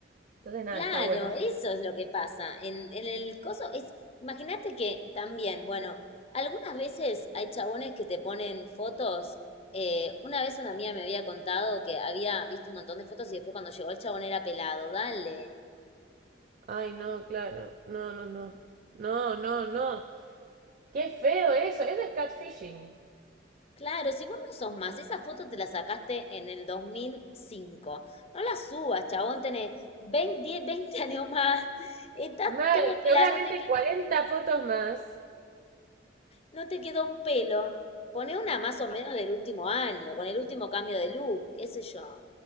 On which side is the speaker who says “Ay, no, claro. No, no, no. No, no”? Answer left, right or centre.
Right